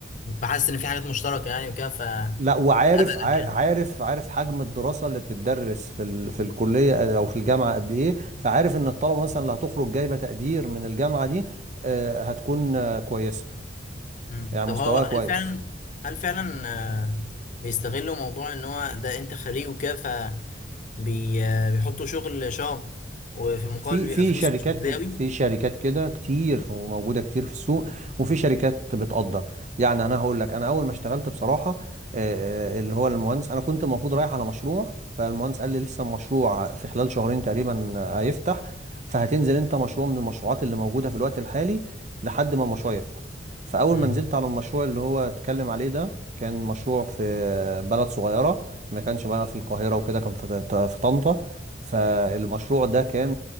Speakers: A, on the left (about 45°); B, on the right (about 40°).
A: فحاسس إن في حاجات مشتركة يعني وكده فقبلك
B: لا وعارف عار-
A: يعني
B: عارف عارف حجم الدراسه اللي بتدرس في ال... في الكليه آه، او في الجامعه قد ايه فعارف ان الطلبه مثلا اللي هتخرج جايبه تقدير من الجامعه دي آه، هتكون آه، كويسه
A: مم.
B: يعني مستواها
A: طب هو هل
B: كويس
A: فعلا هل فعلا آه، بيستغلوا موضوع ان هو ده انت خريج وكده فبيحطوا شغل شاق وفي المقابل
B: في
A: بيبقى
B: في
A: فلوس
B: شركات
A: مش مجداوي
B: كده في شركات كده كتير وموجوده كتير في السوق وفي شركات بتقدر يعني انا هقول لك انا اول ما اشتغلت بصراحه آه، آه، اللي هو المهندس انا كنت المفروض رايح على مشروع فالمهندس قال لي لسه المشروع في خلال شهرين تقريبا آه، هيفتح فهتنزل انت مشروع من المشروعات اللي موجوده في الوقت الحالي لحد ما المشروع يفتح فاول
A: امم
B: ما نزلت على المشروع اللي هو اتكلم عليه ده كان مشروع في آه، بلد صغيره ما كانش بقى في القاهره وكده كان في في طنطا فالمشروع ده كان